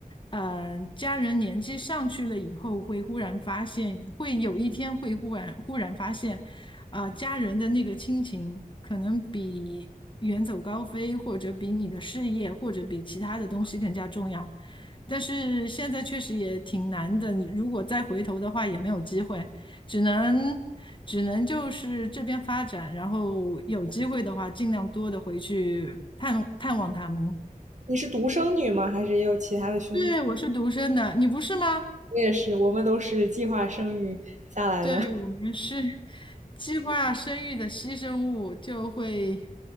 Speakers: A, on the left; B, on the right.
A: 呃，家人年纪上去了以后，会忽然发现，会有一天会忽然忽然发现，啊，家人的那个亲情，可能比远走高飞，或者比你的事业，或者比其他的东西更加重要。但是现在确实也挺难的，如果再回头的话，也没有机会，只能只能就是这边发展，然后有机会的话，尽量多的回去探探望他们。
B: 你是独生女吗？还是也有其他的兄弟姐妹？
A: 对，我是独生的，你不是吗？
B: 我也是，我们都是计划生育下来的。
A: 对，我们是计划生育的牺牲物，就会